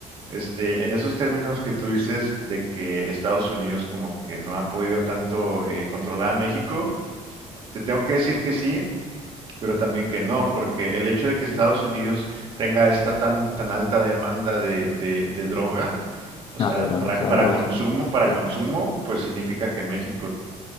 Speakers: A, on the right (about 40°); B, on the left (about 35°).
A: Este, en esos términos que tú dices de que Estados Unidos como que no ha podido tanto eh, controlar a México, te tengo que decir que sí, pero también que no, porque el hecho de que Estados Unidos tenga esta tan, tan alta demanda de, de- de droga, o sea,
B: Ah, bueno,
A: para,
B: la se
A: para
B: la droga
A: consumo,
B: sí, claro.
A: para
B: Sí,
A: consumo,
B: sí,
A: pues significa que México